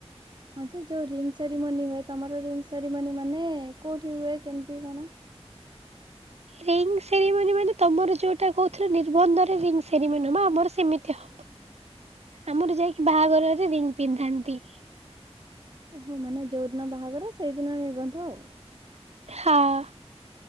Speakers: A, on the right; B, on the right.
A: ହଁ ଯେ ଯୋଉ ରିଙ୍ଗ୍ ସେରିମନି ହୁଏ ତମର ରିଙ୍ଗ୍ ସେରିମନି ମାନେ କୋଉଠି ହୁଏ କେମିତି କଣ?
B: ରିଙ୍ଗ୍ ସେରିମନି ମାନେ ତମର ଯୋଉଟା କହୁଥିଲ ନିର୍ବନ୍ଧରେ ରିଙ୍ଗ୍ ସେରିମନି ହବ ଆମର ସେମିତି ହ ଆମର ଯାଇକି ବାହାଘରରେ ରିଙ୍ଗ୍ ପିନ୍ଧାନ୍ତି।
A: ଓହୋ ମାନେ ଯୋଉଦିନ ବାହାଘର ସେଇଦିନ ର୍ନିବନ୍ଧ ଆଉ।
B: ହଁ